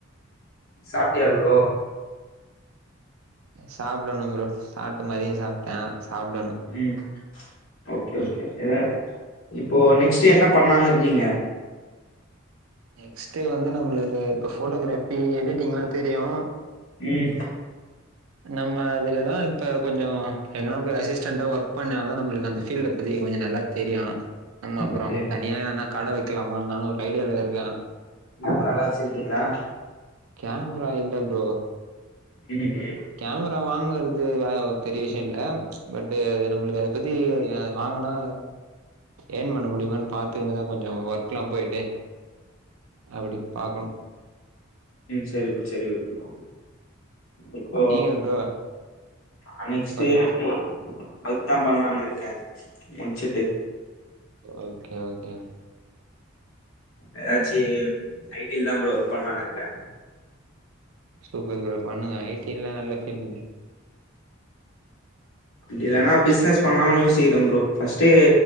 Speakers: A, on the left; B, on the right.
A: சாப்டியா ப்ரோ
B: சாப்டணு ப்ரோ சாப்ட்டு மதியோ சாப்டே சாப்டணு
A: ம் ஓகே ஓகே என்ன இப்போ நெக்ஸ்டு என்ன பண்லான்னு இருக்கீங்க
B: நெக்ஸ்டு வந்து நம்ளுக்கு இப்போ ஃபோட்டோ கிராஃபி எடிட்டிங்லா தெரியு
A: ம்
B: நம்ம அதுலதா இப்ப கொஞ்சோ எங்கனா போய் அசிஸ்டன்டா ஒர்க் பண்ண தா நம்ளுக்கு அந்த ஃபீல்டு இப்பதிக்கு கொஞ்சோ நல்லா தெரியு நம்ம அப்றோ
A: ஓகே
B: தனியா எதனா கட வெக்கலாமாருந்தாலு ஐடியாலா இருக்கே
A: கேமராலா வச்சிருக்கீங்களா
B: கேமரா இல்ல ப்ரோ
A: இருக்கு
B: கேமரா வாங்கற்து வ ஒரு பெரிய விஷ்யோ இல்ல பட்டு நம்மளுக்கு அத பத்தி அ வாங்குனா ஏர்ன் பண்ண முடிமான் பாத்துக்குனுதா கொஞ்சொ ஒர்க்லா போய்ட்டு அப்டி பாக்ணு
A: ம் சேரி ப்ரோ சேரி ப்ரோ இப்போ
B: நீங்க ப்ரோ
A: அ நெக்ஸ்டு
B: ஒர்க்
A: எப்டி அதுக்கு தாபண்லான் இருக்கே முட்ச்சுட்டு
B: ஓகே ஓகே
A: எதாச்சு ஐ டி ல தா ப்ரோ ஒர்க் பண்ணலான் இருக்கே
B: சூப்பர் ப்ரோ பண்ணுங்க ஐ டி ல நல்ல ஃபீல்
A: இல்லனா பிஸினஸ் பண்ணலாமான் யோசிக்கிறே ப்ரோ ஃபர்ஸ்டு